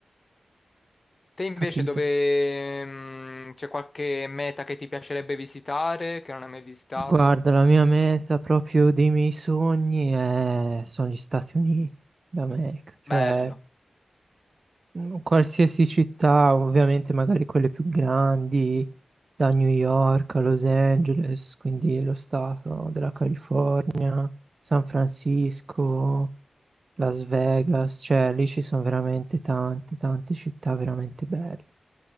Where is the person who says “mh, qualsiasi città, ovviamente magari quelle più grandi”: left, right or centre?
Right